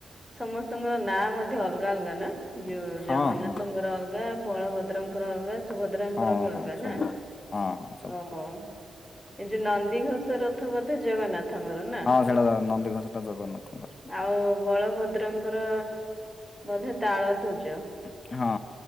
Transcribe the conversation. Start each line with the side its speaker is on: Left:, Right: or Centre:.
Centre: ସମସ୍ତଙ୍କର ନାଁ ମଧ୍ୟ ଅଲଗା ଅଲଗା ନା? ଯୋଉ
Left: ହଁ
Centre: ଜଗନ୍ନାଥଙ୍କର
Left: ହଁ
Centre: ଅଲଗା ବଳଭଦ୍ରଙ୍କର ଅଲଗା ସୁଭଦ୍ରାଙ୍କର
Left: ହଁ
Centre: ବି
Left: ହଁ
Centre: ଅଲଗା
Left: ସବୁ
Centre: ନା?
Left: ହଁ ହଁ ସବୁ
Centre: ଓହୋ। ଏ ଯୋଉ ନନ୍ଦିଘୋଷ ରଥ ବୋଧେ ଜଗନ୍ନାଥଙ୍କର? ନା
Left: ହଁ ସେଇଟା ଜ ନନ୍ଦିଘୋସଟା ଜଗନ୍ନାଥଙ୍କର।
Centre: ଆଉ ବଳଭଦ୍ରଙ୍କର ବୋଧେ ତାଳ ଧ୍ୱଜ?
Left: ଆଜ୍ଞା ହଁ।